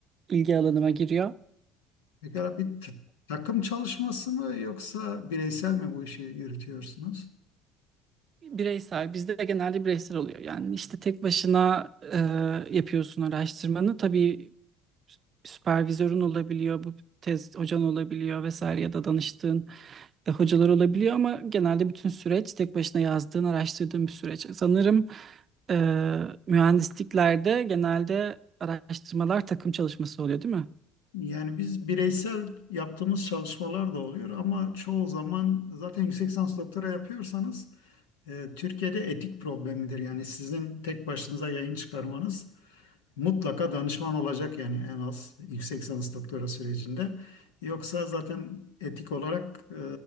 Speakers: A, on the right (about 40°); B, on the left (about 85°).
A: ilgi alanıma giriyor.
B: Pekala bir t- takım çalışması mı yoksa bireysel mi bu işi yürütüyorsunuz?
A: Bireysel, bizde de genelde bireysel oluyor. Yani işte tek başına e, yapıyorsun araştırmanı. Tabii süpervizörün olabiliyor, bu tez hocan olabiliyor vesaire ya da danıştığın e, hocalar olabiliyor ama genelde bütün süreç tek başına yazdığın, araştırdığın bir süreç. Sanırım e, mühendisliklerde genelde araştırmalar takım çalışması oluyor, değil mi?
B: Yani biz bireysel yaptığımız çalışmalar da oluyor ama çoğu zaman zaten yüksek lisans doktora yapıyorsanız e, Türkiye'de etik problemidir. Yani sizin tek başınıza yayın çıkarmanız Mutlaka danışman olacak yani en az yüksek lisans doktora sürecinde. Yoksa zaten etik olarak e,